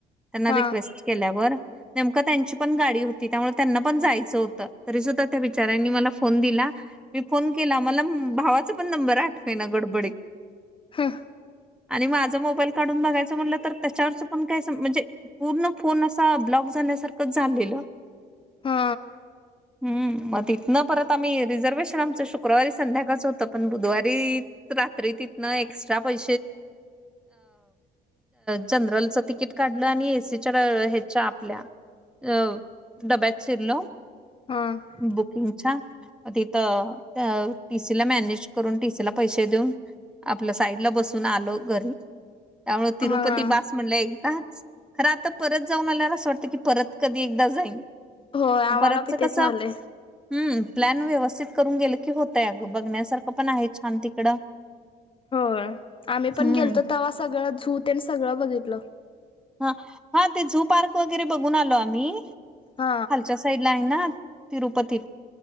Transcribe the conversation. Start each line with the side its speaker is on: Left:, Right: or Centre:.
Centre: त्यांना
Left: हा
Centre: रिक्वेस्ट केल्यावर. नेमका त्यांची पण गाडी होती, त्यामुळे त्यांना पण जायचं होतं, तरी सुद्धा त्या बिचऱ्यांनी मला फोन दिला. मी फोन केला मला भावाचा पण नंबर आठवेना गडबडीत
Left: हा.
Centre: आणि माझं मोबाईल काढून बघायचं म्हटलं तर त्याच्यावरचं पण म्हणजे पूर्ण फोन असा ब्लॉक झाल्यासारख झालेलं.
Left: हा.
Centre: हम्. मग तथनं परत आम्ही रिझर्वेशन आमचं शुक्रवारी संध्याकाळच होतं, पण बुधवारी तथ ए्रा प जन <unintelligible> तिकीट काढलं आणि एसीच्या ह्याच्या आपल्या अ डब्यात शिरल
Left: हा
Centre: बुकिंगच्या तिथ टीसीला मॅनेज करून, टीसीला पैसे देऊन आपल्या साईडला बसून आलो घरी. त्यामुळ तिरुपती
Left: हा
Centre: बास म्हणलं एकदाच, खरं आता परत जाऊन आल्यावर अस वाटत, की परत कधी एकदा जाईन
Left: हो आम्हाला
Centre: परत
Left: बी तेच
Centre: कसं
Left: व्हालय
Centre: हम्म प्लॅन व्यवस्थित करून गेलं की होतय, अगं बघण्यासारखं पण आहे छान तिकडं-
Left: होय, आम्ही पण
Centre: हम्म
Left: गेलतो तवा्हा सगळं झू तेन सगळं बघितलं.
Centre: हा हा ते झु पार्क वगैरे बघून आलो आम्ही..
Left: हा
Centre: खालच्या साईड ला आहे ना तिरुपती